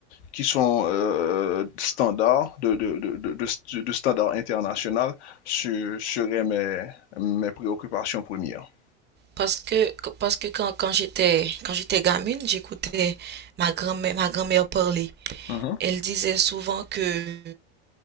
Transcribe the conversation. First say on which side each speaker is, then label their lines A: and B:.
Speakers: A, on the left; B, on the right.
A: qui sont euh, standards de, de, de, de, de- standards international seraient mes, mes préoccupations premières.
B: Parce que, parce que quand, quand j'étais, quand j'étais gamine, j'écoutais ma grand-mère, ma grand-mère parler.
A: Mhm,
B: Elle disait souvent que